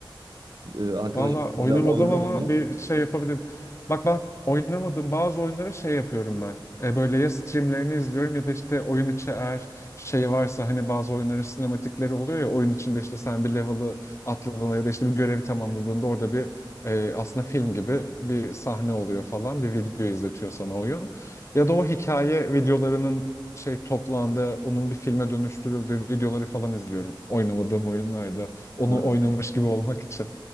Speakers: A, on the right; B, on the left.
A: Ee, Arkadaşım
B: Valla oynamadım
A: mesela oyunu
B: ama
A: oyna.
B: bir şey yapabilirim. Bak bak oynamadığım bazı oyunları şey yapıyorum ben. E böyle ya streamlerini izliyorum ya da işte oyun içi eğer şey varsa hani bazı oyunların sinematikleri oluyor ya oyun içinde işte sen bir level'ı atladığında ya da işte bir görevi tamamladığında orada bir e, aslında film gibi bir sahne oluyor falan bir video izletiyor sana oyun. Ya da o hikaye videolarının şey toplandığı onun bir filme dönüştürüldüğü videoları falan izliyorum oynamadığım oyunlarda onu
A: Ha.
B: oynamış gibi olmak için.